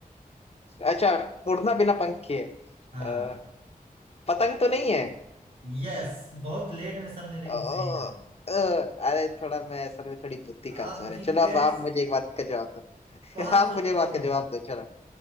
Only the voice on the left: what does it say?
अच्छा उड़ना बिना पंख के है
अ, पतंग तो नहीं है
ओ,
ओ, अरे थोड़ा मैं असल में थोड़ी बुद्धि कमजोर
है चलो
अब आप मुझे एक बात का जवाब दो
<laughs> आप
मुझे
एक बात का जवाब दो चलो